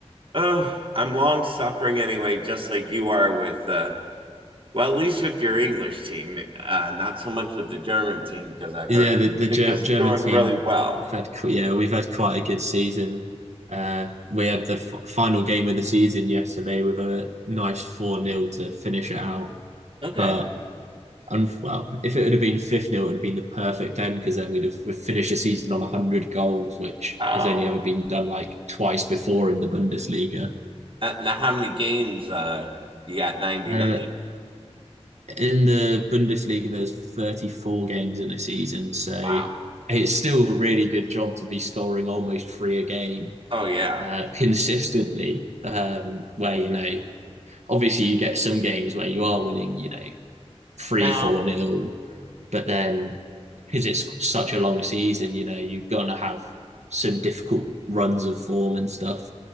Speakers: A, on the right; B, on the right.
A: oh, I'm long suffering anyway, just like you are with, uh, well, at least with your English team, uh, not so much with the German team because I've
B: Yeah,
A: heard
B: the the
A: Munich
B: Ger-
A: is
B: German
A: doing
B: team
A: really well.
B: had qu- yeah we've had quite a good season. Uh, we had the f- final game of the season yesterday with a nice four nil to finish it out.
A: Okay.
B: But un- well, if it would have been fifth nil, it would have been the perfect end because then we'd have we'd finished the season on one hundred goals, which
A: Oh,
B: has only ever been done like twice before in the Bundesliga.
A: Uh, now, how many games uh, you got? 99.
B: Uh, in the Bundesliga, there's 34 games in a season, so
A: Wow.
B: it's still a really good job to be scoring almost three a game
A: Oh, yeah.
B: uh, <laughs> consistently. Um, where you know, obviously, you get some games where you are winning, you know, three,
A: Now,
B: four nil, but then because it's such a long season, you know, you're gonna have some difficult runs of form and stuff.